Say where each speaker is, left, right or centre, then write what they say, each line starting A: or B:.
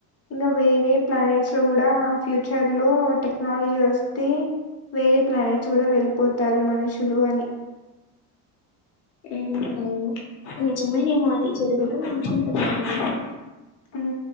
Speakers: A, on the left; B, on the left.
A: ఇంగా వేరే ప్లానెట్స్ లో కూడా ఫ్యూచర్ లో టెక్ నల్ చేస్తే వేరే ప్లానెట్స్ కూడా వెళ్ళిపోతారు మనుషులు అని
B: మ్మ్ అవును నిజమేనేమో ఆది సో దే విల్ బికమ్ <inaudible>
A: మ్మ్